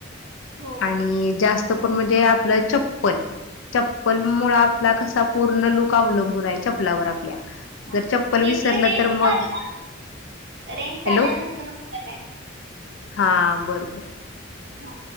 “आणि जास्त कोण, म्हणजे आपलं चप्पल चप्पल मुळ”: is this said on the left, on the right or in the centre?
Left